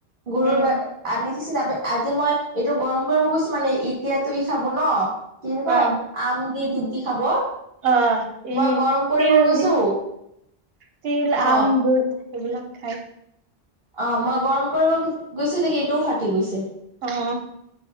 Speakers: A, on the right; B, on the right.
A: গৰুৰ
B: উম
A: গাখ আনি দিছে তাপি আজি মই এইটো গৰম কৰিব গৈছো মানে এতিয়াতো ই খাব ন কি বুলি
B: অ
A: কয়? আম দি দুধ দি খাব।
B: অ ই
A: মই গৰম কৰিব
B: তিল
A: গৈছো।
B: দি তিল
A: অ
B: আম দুধ এইবিলাক খাই
A: অ, মই গৰম কৰিব গৈছো নেকি এইটোও ফাটি গৈছে।
B: অ,